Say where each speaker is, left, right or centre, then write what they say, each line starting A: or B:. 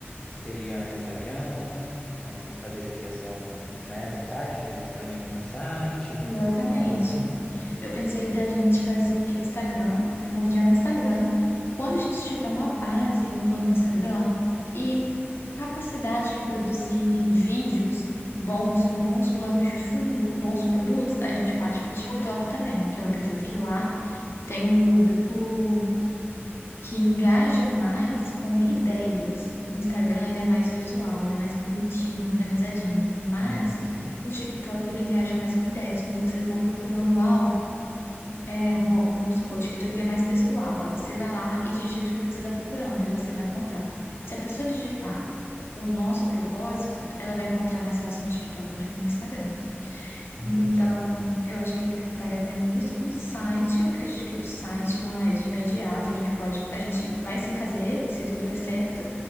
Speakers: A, on the left; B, on the left.
A: Que seria Instagram, ah, talvez a criação, né, de um site, o direcionamento para um site,
B: Exatamente.
A: algo assim.
B: Eu pensei da gente fazer Instagram, primordial Instagram. Quando a gente tiver uma base, um plano no Instagram e capacidade de produzir vídeos bons, com bons planos de fundo, com bons produtos, a gente parte para o TikTok também, que eu acredito que lá tem um público que engaja mais com ideias. O Instagram, ele é mais visual, ele é mais bonitinho, organizadinho, mas
A: Uhum,
B: o TikTok, ele engaja mais com ideias. Quando você está procurando algo, é, um- vamos supor, o TikTok ele é mais textual. Aí você vai lá e digita o que você está procurando e você vai encontrar. Se a pessoa digitar o nosso propósito, ela vai encontrar mais fácil no TikTok do que no Instagram.
A: entendi.
B: Então, eu acho que vale a pena isso. Um site, eu acredito que o site não é de imediato. A gente pode, a gente vai sim fazer, se tudo der certo,